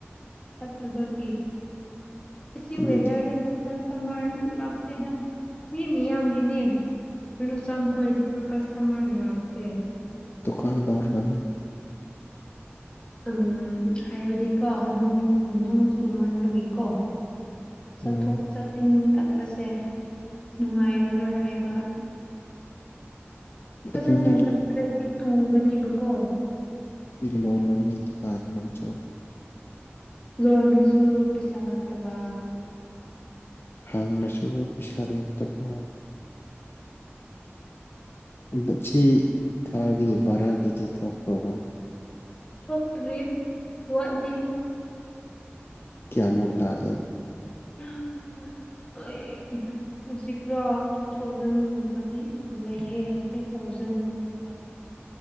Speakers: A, on the left; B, on the left.
A: ꯐꯠꯇꯕꯒꯤ ꯑꯁꯤ
B: ꯑꯗꯨꯗꯤ
A: ꯋꯦꯗꯔꯗ ꯀꯁꯇꯃꯔ ꯂꯥꯛꯇꯦꯗ ꯃꯤ ꯃꯤꯌꯥꯝꯒꯤꯅꯦ ꯂꯨꯆꯝ ꯈꯣꯏꯔꯁꯨ ꯀꯁꯇꯃ ꯂꯥꯛꯇꯦ
B: ꯗꯨꯀꯥꯟꯗꯔ ꯂꯅꯤ
A: ꯎꯝ ꯍꯥꯏꯕꯗꯤꯀꯣ ꯅꯣꯡ ꯆꯨ ꯃꯟꯥꯟꯕꯒꯤꯀꯣ ꯆꯠꯊꯣꯛ
B: ꯎꯝ
A: ꯆꯠꯁꯤꯟ ꯇꯠꯄꯁꯦ ꯅꯨꯡꯉꯥꯏꯔꯔꯣꯏ ꯍꯥꯏꯕ ꯐꯖꯅ
B: ꯑꯗꯨꯗꯤ
A: ꯆꯠꯄ꯭ꯔꯗꯤ ꯇꯨꯒꯅꯦꯕꯀꯣ
B: ꯂꯣꯂꯣ ꯀꯥ ꯆꯣ
A: ꯂꯣꯟꯔꯁꯨ ꯄꯩꯁꯥ ꯅꯠꯇꯕ
B: ꯍꯅꯁꯨ ꯄꯁꯥ ꯂ ꯇꯐ ꯃꯁꯤ ꯊꯥꯒꯤ ꯚꯔꯥꯒꯤꯗꯤ ꯊꯣꯛꯣꯛꯄ꯭ꯔ ꯍꯣꯏ
A: ꯐꯣꯛꯛꯇꯔꯤ ꯋꯥꯠꯂꯤ
B: ꯀꯌꯥ ꯃꯣꯒꯂꯑ
A: ꯎꯝ ꯑꯩ ꯍꯧꯖꯤꯛꯀꯣ ꯇꯨ ꯊꯥꯎꯖꯟꯒꯨꯝꯕꯗꯤ ꯂꯩꯌꯦ ꯊ꯭ꯔꯤꯥꯎ ꯊꯥꯎꯖꯟꯕ